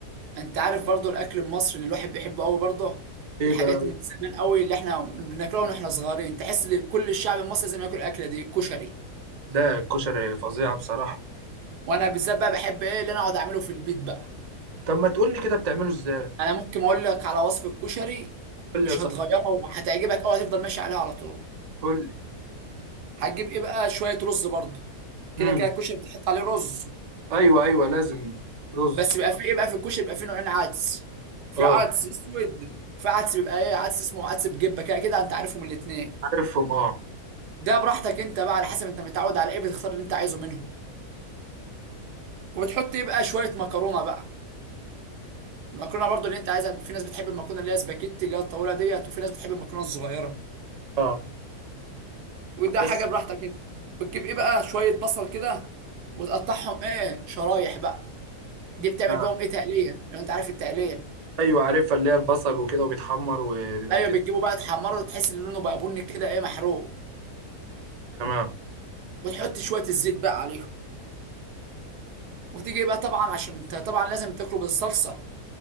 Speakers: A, on the right; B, on the right.
A: انت عارف برضو الاكل المصري اللي الواحد بيحبه قوي برضه
B: ايه
A: الحاجات
B: بقى
A: من زمان قوي اللي احنا بناكلها من احنا صغيرين تحس ان كل الشعب المصري لازم ياكل الاكله دي الكشري
B: ده الكشري فظيعه بصراحه
A: وانا بالذات بقى بحب ايه اللي انا اقعد اعمله في البيت بقى
B: طب ما تقول لي كده بتعمله ازاي
A: انا ممكن اقول لك على وصفة كشري
B: قول
A: مش
B: لي يا صاحبي
A: هتغيرها وهتعجبك او هتفضل ماشي عليها على طول
B: قول لي
A: هتجيب ايه بقى شوية رز برضه كده
B: امم
A: كده الكشري بتحط عليه رز
B: ايوه ايوه لازم رز
A: بس بيبقى فيه ايه بقى في الكشري بيبقى فيه نوعين عدس في
B: اه
A: عدس اسود وفي عدس بيبقى ايه عدس اسمه عدس بجبة كده كده انت عارفهم الاتنين
B: عارفهم اه
A: ده براحتك انت بقى على حسب انت متعود على ايه بتختار اللي انت عايزه منهم وبتحط ايه بقى شوية مكرونة بقى المكرونة برضه اللي انت عايزها في ناس بتحب المكرونة اللي هي سباكيتي اللي هي الطويلة ديت وفي ناس بتحب المكرونة الصغيرة
B: اه
A: وده
B: بس
A: حاجه براحتك انت بتجيب ايه بقى شويه بصل كده وتقطعهم ايه شرايح بقى دي بتعمل
B: تمام
A: بيهم ايه تقليه لو انت عارف التقليه
B: ايوه عارفها اللي هي البصل وكده وبيتحمر وبيبقى
A: ايوه
B: كده
A: بتجيبه بقى تحمره تحس ان لونه بقى بني كده ايه محروق
B: تمام
A: وتحط شويه الزيت بقى عليهم وتيجي بقى طبعا عشان انت طبعا لازم تاكله بالصلصه